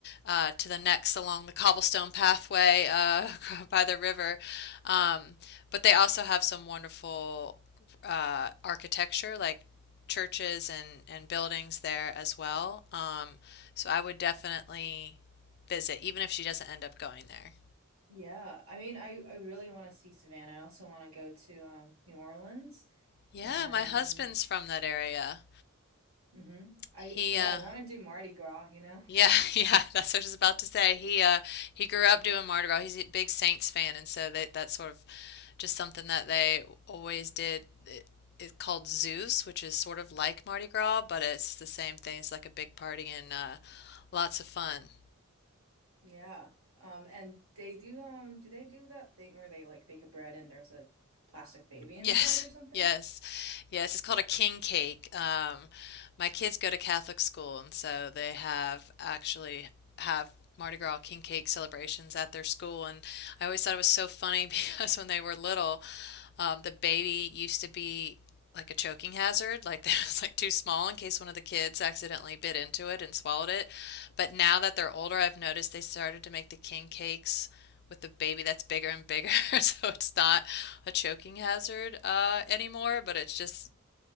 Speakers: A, on the left (about 50°); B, on the right (about 75°).
A: uh, to the next along the cobblestone pathway uh, <laughs> by the river. Um, but they also have some wonderful uh, architecture, like churches and and buildings there as well. Um, so I would definitely visit, even if she doesn't end up going there.
B: Yeah, I mean, I I really want to see Savannah. I also want to go to um New Orleans
A: Yeah,
B: and
A: my husband's from that area.
B: mhm. I
A: He
B: yeah,
A: uh,
B: I want to do Mardi Gras, you know?
A: Yeah, <laughs> yeah, that's what I was about to say. He uh he grew up doing Mardi Gras. He's a big Saints fan, and so they, that's sort of just something that they always did. It, it's called Zeus, which is sort of like Mardi Gras, but it's the same thing. It's like a big party and uh, lots of fun.
B: Yeah. Um, and they do um do they do that thing where they like bake a bread and there's a plastic baby inside
A: Yes,
B: or something?
A: yes, yes. It's called a king cake. Um, my kids go to Catholic school, and so they have actually have Mardi Gras king cake celebrations at their school. And I always thought it was so funny <laughs> because when they were little, um, the baby used to be like a choking hazard, like <laughs> it was like too small in case one of the kids accidentally bit into it and swallowed it. But now that they're older, I've noticed they started to make the king cakes with a baby that's bigger and bigger, <laughs> so it's not a choking hazard uh, anymore, but it's just